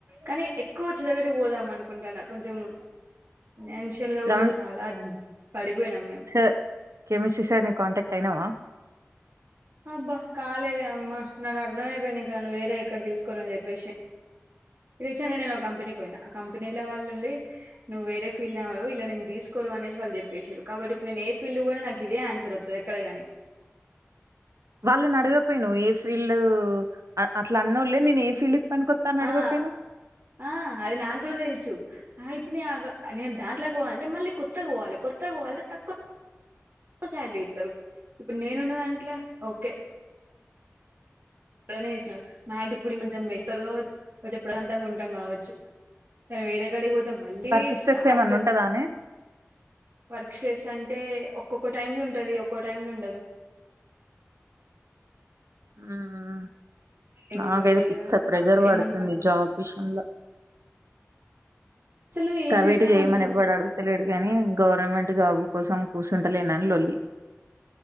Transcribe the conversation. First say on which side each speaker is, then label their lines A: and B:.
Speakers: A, on the right; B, on the right.
A: కానీ ఎక్కువ వచ్చే దగ్గరికి పోదాం అనుకుంటాను కొంచెం ఫినాన్షియల్ గా కూడా
B: రవి
A: చాలా పడిపోయినాం మేము
B: సార్ కెమిస్ట్రీ సార్‌ని కాంటాక్ట్ అయినావా?
A: అబ్బా కాలేదే అమ్మా నాకు అర్థం అయిపోయింది ఇంకా నన్ను వేరే ఎక్కడ తీసుకోరని చెప్పేసి రీసెంట్ గా నేను ఒక కంపెనీకి పోయినా ఆ కంపెనీలో వాళ్ళుండి నువ్వు వేరే ఫీల్డ్ ఆమెవు ఇలా నేను తీసుకోరు అనేసి వాళ్ళు చెప్పేసిరు కాబట్టి ఇప్పుడు నేను ఏ ఫీల్డ్ పోయినా నాకు ఇదే ఆన్సర్ వత్తది ఎక్కడ గాని
B: వాళ్ళనడగకపోయినవు ఏ ఫీల్డు అ అట్లా అన్నోళ్ళే నేను ఏ ఫీల్డ్‌కి పనికొత్తా అని అడగకపోయినవు?
A: ఆ ఆ అది నాకు కూడా తెలుసు ఆ ఇప్పుడు నేను అక్కడ నేను దాంట్లోకి పోవాలంటే మళ్ళీ కొత్తగా పోవాలి కొత్తగా పోవాలంటే తక్కువ శాలరీ ఇత్తరు ఇప్పుడు నేనున్న దాంట్ల ఓకే ఎంతనే ఇస్తున్నారు నాకు ఇప్పుడు కొంచెం పెంచుతారు కావచ్చు కొంచెం ప్రశాంతంగా ఉంటాం కావచ్చు కానీ వేరే కాడికి పోతే మళ్ళీ
B: వర్క్ స్ట్రెస్
A: స్టార్ట్
B: ఏమన్నా ఉంటదా
A: స్టార్ట్
B: అనే?
A: వర్క్ స్ట్రెస్ అంటే ఒక్కొక్క టైమ్ లో ఉంటది ఒక్కో టైమ్ లో ఉండదు
B: హ్మ్.
A: ఎంగ్
B: నాకైతే
A: ఇగ
B: పిచ్చ ప్రెషర్
A: ఏమన్నా
B: పడుతుంది
A: పడదు.
B: జాబ్ విషయంలో.
A: అసలు నువ్వు ఏం
B: ప్రైవేట్
A: చేద్దాం
B: జేయమని
A: అనుకుంటానవ్
B: ఎవ్వడు అడుగుతలేడు గానీ, గవర్నమెంట్ జాబ్ కోసం కూసుంటలేనని లొల్లి.